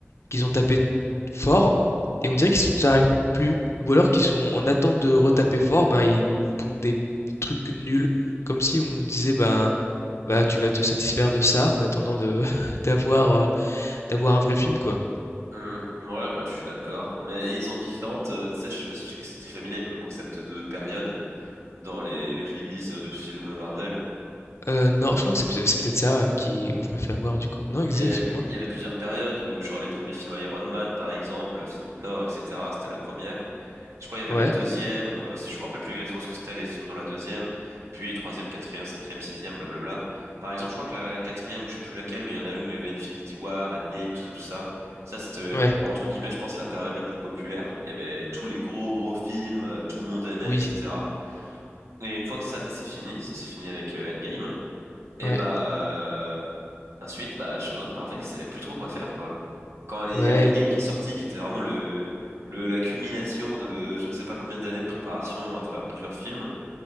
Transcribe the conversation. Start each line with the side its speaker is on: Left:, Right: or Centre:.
Left: qu'ils ont tapé fort et on dirait qu'ils s- s'arrêtent plus. Ou alors qu'ils sont en attente de retaper fort, ben ils nous pondent des trucs nuls. Comme si on nous disait, ben, bah tu vas te satisfaire de ça en attendant de <laughs> d'avoir euh, d'avoir un vrai film, quoi.
Right: Hmm, ouais, bah je suis d'accord. Mais ils ont différentes. euh, tu sais, je sais pas si tu es familier avec le concept de période dans les, les releases de films Marvel.
Left: Euh, non, je crois que c'est peut- c'est peut-être ça euh, qui où je me fais avoir du coup. Non, Exi,
Right: Mais
Left: explique-moi.
Right: il y avait plusieurs périodes où, genre, les premiers films Iron Man, par exemple, le film Thor, etc., c'était la première. Je crois qu'il y avait
Left: Ouais,
Right: la deuxième, ou euh, je me rappelle plus exactement ce que c'était les films dans la deuxième, puis troisième, quatrième, cinquième, sixième, blablabla. Par exemple, je crois que la, la quatrième, ou je sais plus laquelle, mais il y en a une où il y avait Infinity War, Endgame, tout ça, tout ça. Ça, c'était,
Left: ouais,
Right: entre guillemets, je pense, la période la plus populaire. Il y avait tous les gros, gros films, euh, tout le monde aimait,
Left: oui,
Right: etc. Et une fois que ça, ça s'est fini, ça s'est fini avec euh, Endgame. Et
Left: ouais,
Right: bah euh, ensuite, bah j'ai l'impression que Marvel, ils savaient plus trop quoi faire quoi. Quand il
Left: ouais,
Right: y a Endgame qui est sorti, qui était vraiment le, le la culmination de je ne sais pas combien d'années de préparation à travers plusieurs films,